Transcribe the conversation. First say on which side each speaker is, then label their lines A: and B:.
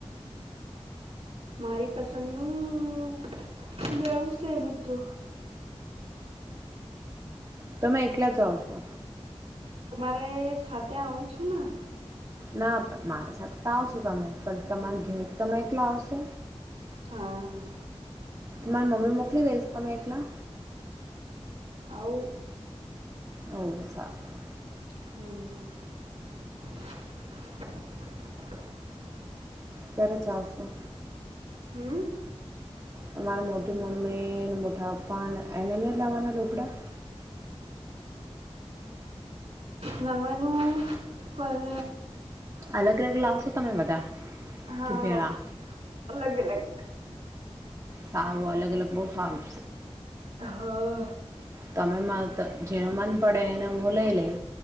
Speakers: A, on the right; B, on the right.
A: મારી પસંદ નું જવુંશે બુ્ધો તો
B: તમે એટલા જ આવશો
A: અરે સાથે આવું છું, ને
B: ના પણ મારી સાથે, તો આવશો તમે પણ તમારી ઘેર તમે એકલા આવશો
A: હા
B: મારી મમ્મી મોકલી દઈશ, તમે એકલા
A: આવ
B: ઓ સારું
A: હમ્મ
B: ક્યારે જાવશું
A: હમ્મ.
B: તમારે મોટી મમ્મી મોટા પપ્પા એને નહી, લાવવાના રોકડા
A: નવાનું પર
B: અલ, ગ અલગ લાવશો. તમે બધા
A: હા,
B: કે ભેળા?
A: અલગ, અલગ
B: સારું અલગ, અલગ બહુ, ફાર્મ
A: હા
B: તમે જેનો મન પડે એને હુ, લઈ લે